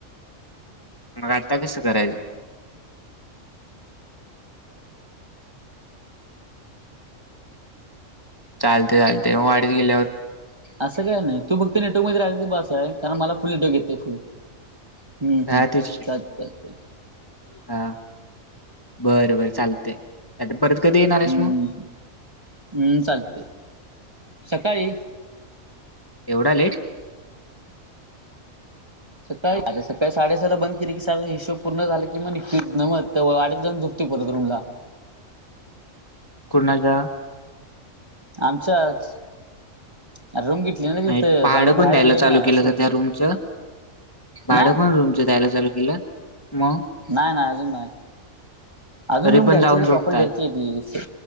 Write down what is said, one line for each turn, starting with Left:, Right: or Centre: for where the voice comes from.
Left: मग आता कसं करायचं? चालते लते- ते वाडत गेल-
Right: असं काय नाही तू फक्त नेटवर्क मध्ये राहायचं बस आहे कारण मला फुल नेटवर्क घेतय फुल- हम्म
Left: हा
Right: हम्म
Left: तेच की.
Right: चालत चालते.
Left: हा बर बर चालतय परत कधी येणार? आहेस
Right: हम्म
Left: मग?
Right: हम्म चालतय सकाळी.
Left: एवढा लेट?
Right: सकाळी आ सकाळी साडेसहाला बंद केली की सागळा हिशोब पूर्ण झाला की मग निघकीच मग वाडीत जाऊन झुप- येतो परत रूम ला
Left: कुणाच्या?
Right: आमच्याच. अरे रूम घेतली ना तिथं
Left: नाही भाडं
Right: अजून राहायला
Left: पण द्यायला
Right: गेलेलो
Left: चालू
Right: नाही
Left: केलंच
Right: असं झालंय
Left: त्या रूमच? भाडं
Right: नाही अजून
Left: पण रूमचं दयला चालू केलं मग
Right: नाही नाही अजून नाही अजून
Left: तरी
Right: रूम
Left: पण
Right: घ्यायची
Left: जाऊन झोपताय.
Right: प्रॉपर घ्यायची आहे